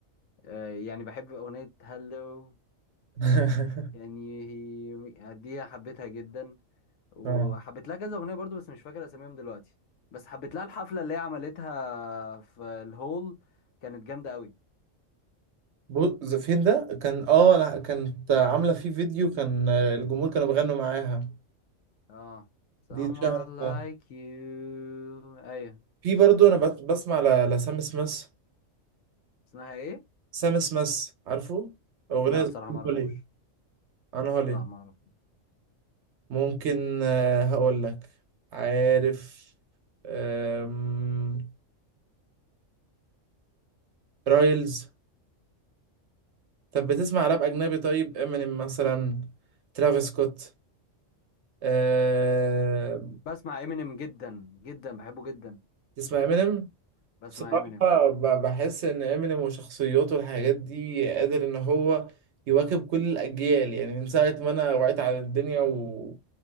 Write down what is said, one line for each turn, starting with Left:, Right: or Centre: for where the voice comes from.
Left: آه، يعني بحب اغنية هلو
Right: <laughs>
Left: يعني هي دي حبيتها جدا وحبيت
Right: اه
Left: لها كذا اغنية برضو بس مش فاكر اساميهم دلوقتي بس حبيت لها الحفلة اللي هي عملتها في الهول كانت جامدة قوي
Right: بص فين ده كان اه لا كانت عاملة فيه فيديو كان آه، الجمهور كانوا بيغنوا معاها
Left: اه someone
Right: دي اتشهرت
Left: like you ايوه
Right: في برضه انا بس- بسمع ل- لسام سميث
Left: اسمها ايه
Right: سام سميث عارفه اغنيه
Left: لا
Right: زي
Left: بصراحة ما اعرفوش
Right: هولي انا هولي
Left: لا ما اعرف
Right: ممكن آه، هقول لك عارف آم، رايلز طب بتسمع راب اجنبي طيب امينيم مثلا ترافيس سكوت أه...
Left: بسمع امينيم جدا جدا بحبه جدا
Right: تسمع امينيم
Left: بسمع
Right: بصراحة
Left: امينيم
Right: ب- بحس إن إمينيم وشخصيته والحاجات دي قادر إن هو يواكب كل الأجيال يعني من ساعة ما أنا وعيت على الدنيا و...